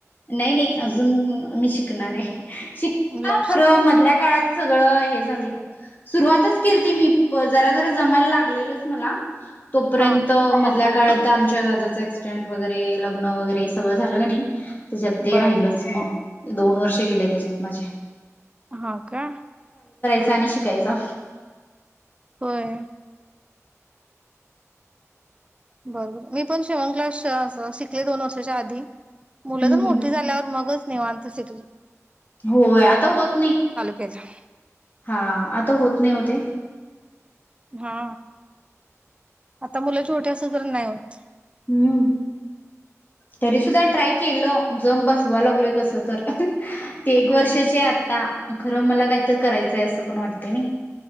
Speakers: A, on the left; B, on the right.
A: नाही नाही अजून मी शिकणार आहे शिका
B: ब्लाऊज
A: खरं
B: शिव
A: मधल्या काळात सगळ हे झालंय सुरुवातच केलती मी जरा जरा जमायला लागलेलच मला तोपर्यंत
B: हा
A: मधल्या काय आत्ता आमच्या दादाचं एक्सीडेंट वगैरे लग्न वगैरे सगळं झालं का नाही तिच्यात ते
B: बर
A: राहिलेच नाही दोन वर्ष गेले त्याच्यात माझे
B: हो का
A: आत्ता आणि शिकायचं
B: होय बरोबर मी पण शिवण क्लास शिकले दोन वर्षाच्या आधी
A: हम्म
B: मुलं तर मोठी
A: हम्म
B: झाल्यावर मगच निवांतच येतो
A: होय आता होत नई
B: केलं
A: हा आता होत नई ओ ते
B: हा आता मुलं छोटी असली तर नाही होत
A: हम्म तरी सुद्धा ट्राय केलं जम बसवा लागलोय कस तर ती
B: होत
A: एक वर्षाची आता खरं मला काहीत करायचंय असं पण वाटतय नाही